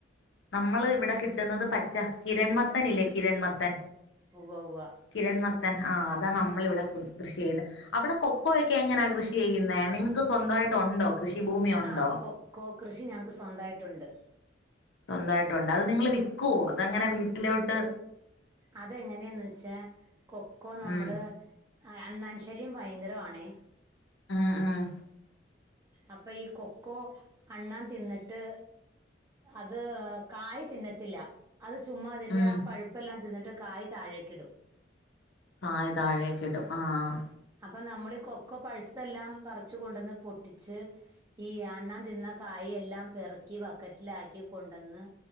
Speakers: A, on the left; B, on the right.
A: നമ്മള് ഇവിടെ കിട്ടുന്നത് പച്ച കിരൺമത്തനില്ലേ? കിരൺമത്തൻ?
B: ഉവ്വ ഉവ്വ
A: കിരൺമത്തൻ ആ അതാ നമ്മളിവിടെ കൃഷി ചെയ്യുന്നത് അവിടെ കൊക്കോയെക്കെ എങ്ങനെയാ കൃഷി ചെയ്യുന്നേ നിങ്ങക്ക് സ്വന്തായിട്ട് ഉണ്ടോ? കൃഷിഭൂമി ഉണ്ടോ
B: ആഹ് കൊക്കൊ കൃഷി ഞങ്ങക്ക് സ്വന്തായിട്ടുണ്ട്.
A: സ്വന്തായിട്ടുണ്ട് അത് നിങ്ങള് വിക്കോ? അതങ്ങനെ വീട്ടിലോട്ട്?
B: അത് എങ്ങനെയാന്ന് വെച്ചാ കൊക്കോ നമ്മള്.
A: ഉം
B: ആ അണ്ണാൻ ശല്യം ഭയങ്കരവാണേ
A: ഉം ഉം
B: അപ്പൊ ഈ കൊക്കോ അണ്ണാൻ തിന്നിട്ട്. അത് കായി തിന്നത്തില്ല. അത് ചുമ്മാ അതിന്റെ
A: ഉം
B: ആ പൾപ്പെല്ലാം തിന്നിട്ട് കായ് താഴേക്കിടും.
A: കായ് താഴെക്കിടും ആഹ്.
B: അപ്പൊ നമ്മളി കൊക്കൊ പഴുത്തതെല്ലാം പറിച്ച് കൊണ്ടന്ന് പൊട്ടിച്ച്. ഈ അണ്ണാൻ തിന്ന കായെല്ലാം പെർക്കി ബക്കറ്റിലാക്കി കൊണ്ടന്ന്.